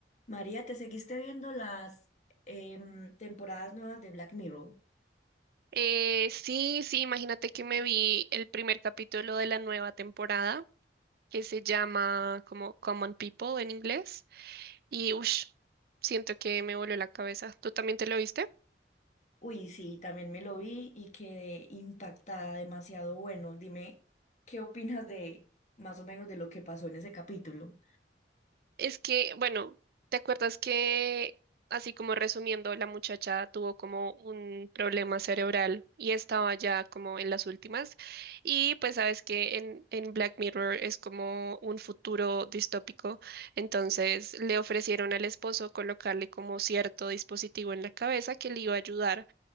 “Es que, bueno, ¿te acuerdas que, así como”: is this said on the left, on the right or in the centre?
Right